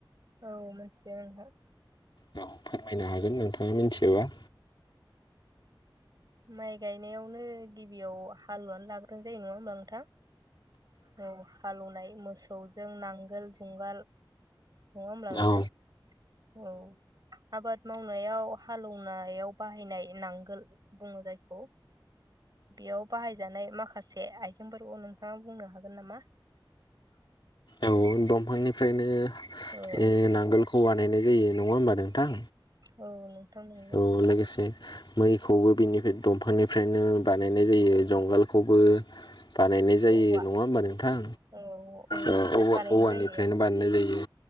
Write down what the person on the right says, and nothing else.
औ मोनथियो नोंथां
माइ गायनायावनो गिबियाव हालुवानो लाग्रोनाय जायो नङा होमबा नोंथां औ हालौनाय मोसौजों नांगोल जुंगाल नङा होमब्ला नोंथां
औ आबाद मावनायाव हालौनायाव बाहायनाय नांगोल बुङो जायखौ बेयाव बाहायजानाय माखासे से आइजेंफोरखौ नोंथाङा बुंनो हागोन नामा
औ
औ नोंथां नंगौ
औवा
औ औवानिफ्रायनो
बानायनाय
जायो